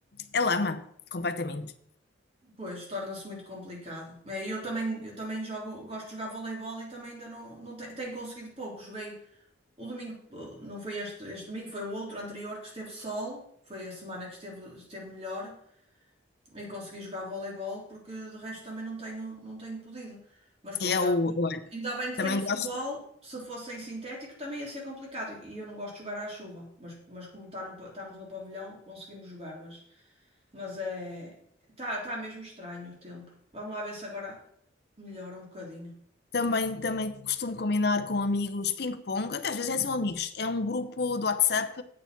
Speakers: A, on the left; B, on the right.
A: é lama, completamente.
B: Pois, torna-se muito complicado. É, e Eu também, eu também jogo, gosto de jogar voleibol e também ainda não, não te- tenho conseguido pouco. Joguei o domingo, eh, não foi este, este domingo, foi o outro anterior que esteve sol, foi a semana que esteve, esteve melhor. E consegui jogar voleibol porque de resto também não tenho, não tenho podido. Mas pronto,
A: É o,
B: é-
A: olha,
B: ainda bem que
A: também
B: tenho o futebol.
A: gosto.
B: Se fosse em sintético também ia ser complicado. E eu não gosto de jogar à chuva. Mas, mas como tá no pa- estamos no pavilhão, conseguimos jogar. Mas, mas é. tá tá mesmo estranho o tempo. Vamos lá ver se agora melhora um bocadinho.
A: Também, também costumo combinar com amigos ping-pong, até às vezes nem são amigos, é um grupo do WhatsApp